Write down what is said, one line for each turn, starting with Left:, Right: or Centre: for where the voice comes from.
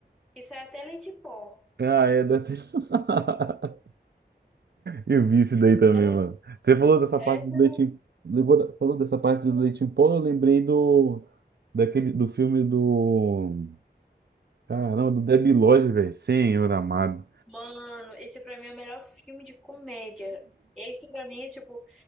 Centre: que sai até leite pó.
Right: Ah, é da. <laughs> Eu vi isso daí também,
Centre: É,
Right: mano. Você falou dessa
Centre: Essa,
Right: parte do leite, em- levou da- falou dessa parte do leite em pó, eu lembrei do daquele do filme do caramba, do Debi Lodge, velho, Senhor amado.
Centre: mano, esse pra mim é o melhor filme de comédia. Esse pra mim é tipo,